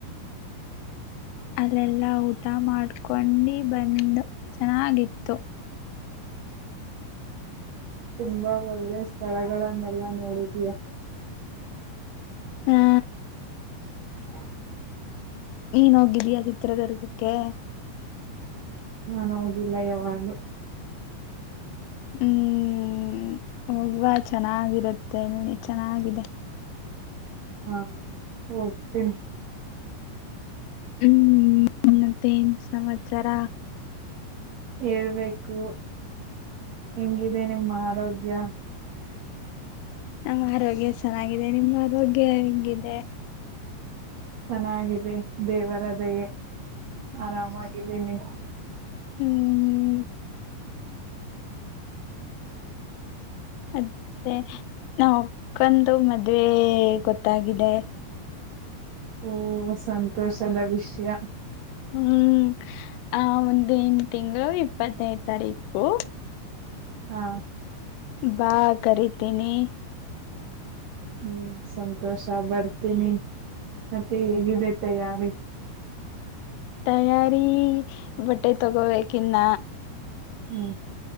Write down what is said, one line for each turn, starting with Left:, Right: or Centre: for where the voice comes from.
Left: ಅಲ್ಲೆಲ್ಲಾ ಊಟ ಮಾಡ್ಕೊಂಡಿ ಬಂದ್ ಚೆನ್ನಾಗಿತ್ತು
Right: ತುಂಬಾ ಒಳ್ಳೆ ಸ್ಥಳಗಳನ್ನೆಲ್ಲಾ ನೋಡಿದಯ
Left: ಹಾ
Right: ಹ
Left: ನೀನ್ ಹೋಗಿದೀಯಾ ಚಿತ್ರದುರ್ಗಕ್ಕೆ
Right: ನಾನ ಹದಿಲ್ಲ ಯಾವಾಗ
Left: ಹ್ಮ್ ಹೋಗ್ುವ ಚೆನ್ನಾಗಿರುತ್ತೆ ಎಲ್ಲಿ ಚೆನ್ನಾಗಿದೆ
Right: ಹಾ ಹೋಗ್ತೀನಿ
Left: ಹ್ಮ್ ಮತ್ತೆ ನ್ ಸಮಾಚಾರ
Right: ಹೇಳ್ಬೇಕು ಹೆಂಗಿದೆ ನಿಮ್ಮ ಆರೋಗ್ಯ
Left: ನಮ್ಮ ಆರೋಗ್ಯ ಚೆನ್ನಾಗಿದೆ ನಿಮ್ಮ ಆರೋಗ್ಯ ಹಂಗಿದೆ
Right: ಚೆನ್ನಾಗಿದೆ ದೇವರದಯೇ ಆರಾಮಾಗಿದ್ದೀನಿ
Left: ಹ್ಮ್ ಮತ್ತೆ ನಾಕ್ಕಂದುು ಮದ್ವೆ ಗೊತ್ತಾಗಿದೆ
Right: ಓ ಸಂತೋಷದ ವಿಷಯ
Left: ಹ್ಮ್ ಆ ಒಂದೇನ್ ತಿಂಗಳು ಇಪ್ಪತ್ತನೇ ತಾರೀಕು
Right: ಹಾ
Left: ಬಾ ಕರಿತೀನಿ
Right: ಹ್ಮ್ ಸಂತೋಷ ಬರ್ತೀನಿ ಮತ್ತೆ ಹೇಗಿದೆ ತಯಾರಿ
Left: ತಯಾರಿ ಬಟ್ಟೆ ತಗೋಬೇಕಿನ್ನ
Right: ಹ್ಮ್